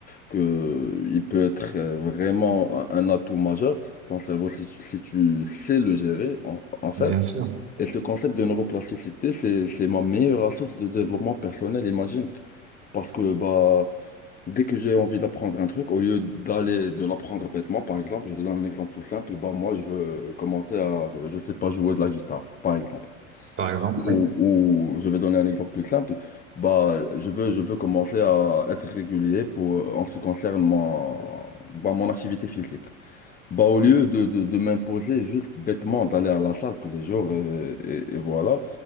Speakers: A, on the left; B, on the right.
A: que il peut être euh, vraiment un un atout majeur, ton cerveau, si, tu si tu sais le gérer, en, en fait.
B: Bien sûr.
A: Et ce concept de neuroplasticité, c'est, c'est ma meilleure astuce de développement personnel, imagine. Parce que bah, dès que j'ai envie d'apprendre un truc, au lieu d'aller de l'apprendre bêtement, par exemple, je te donne un exemple tout simple, bah, moi je veux commencer à, je sais pas, jouer de la guitare, par exemple.
B: Par exemple,
A: Ou,
B: oui.
A: ou je vais donner un exemple plus simple. Bah, je veux, je veux commencer à être régulier pour, en ce qui concerne mon, bah, mon activité physique. Bah, au lieu de, de, de m'imposer juste bêtement d'aller à la salle tous les jours et, et- et voilà,